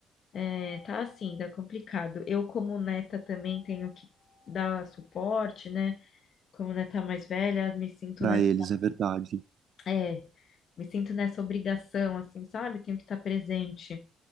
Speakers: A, on the left (about 60°); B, on the right (about 65°).
A: é, tá assim, tá complicado. Eu, como neta, também tenho que dar suporte, né? Como neta mais velha, me sinto,
B: Pra
A: nessa
B: eles, é verdade.
A: É, me sinto nessa obrigação, assim, sabe? Tenho que estar presente